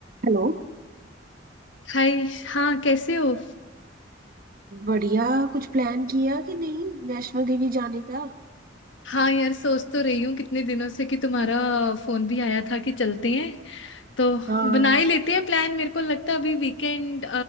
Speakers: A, on the right (about 50°); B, on the left (about 75°).
A: Hello
B: हाय हाँ कैसे हो
A: बढ़िया कुछ plan किया कि नहीं वैष्णो देवी जाने का
B: हाँ यार सोच तो रही हूँ कितने दिनों से कि तुम्हारा फोन भी आया था कि चलते हैं तो
A: हाँ
B: बना ही लेते हैं प्लान मेरे को लगता है अभी वीकेंड